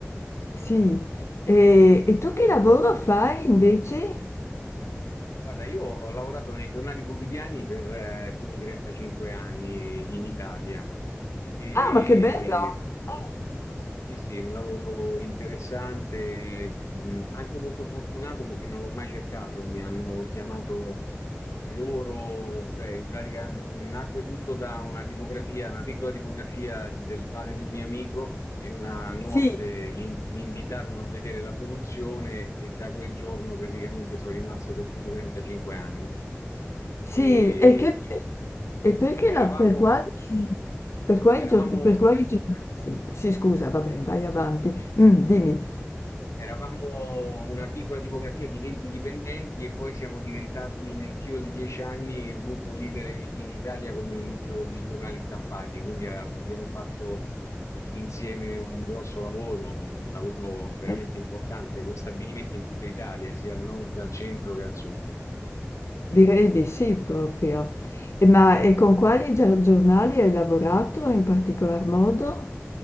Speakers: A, on the left; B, on the left.
A: Sì, e, e tu che lavoro fai invece?
B: Guarda, io ho lavorato nei giornali quotidiani per eh, più di 35 anni in Italia e
A: Ah, ma che bello! Eh,
B: Sì, sì, un lavoro interessante, mh, anche molto fortunato perché non l'ho mai cercato, mi hanno chiamato loro, cioè in pratica mh, nacque tutto da una tipografia, una piccola tipografia del padre di un mio amico e una notte
A: sì,
B: mi, mi invitarono a vedere la produzione e da quel giorno praticamente sono rimasto per più di 35 anni.
A: sì,
B: E
A: e, che, e perché
B: eravamo,
A: la, per quali, per quali,
B: eravamo
A: gior- per quali giornali siete? Sì, scusa, va bene, vai avanti. Mm, dimmi.
B: Eravamo una piccola tipografia di 20 dipendenti e poi siamo diventati nel giro di 10 anni il gruppo leader in, in Italia come numero di giornali stampati, quindi a- abbiamo fatto insieme un grosso lavoro, un lavoro veramente
A: Eh,
B: importante con stabilimenti in tutta Italia, sia al nord, al centro che al sud.
A: direi di sì proprio. E ma e con quali gia- giornali hai lavorato in particolar modo?